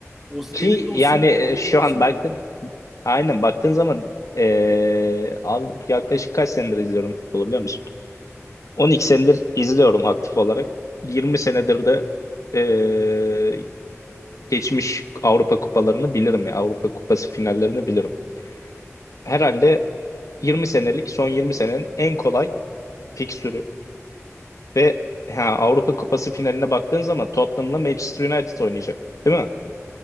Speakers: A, in the centre; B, on the left (about 90°).
A: o
B: Ki
A: elinde Osimhen,
B: yani e,
A: o elinde
B: şu
A: Osimhen
B: an baktın
A: mi?
B: aynen baktığın zaman e, abi yaklaşık kaç senedir izliyorum futbolu biliyor musun? on iki senedir izliyorum aktif olarak. yirmi senedir de e, geçmiş Avrupa kupalarını bilirim ya. Avrupa Kupası finallerini bilirim. Herhalde 20 senelik son 20 senenin en kolay fikstürü ve ha, Avrupa Kupası finaline baktığın zaman Tottenham'la Manchester United oynayacak. Değil mi?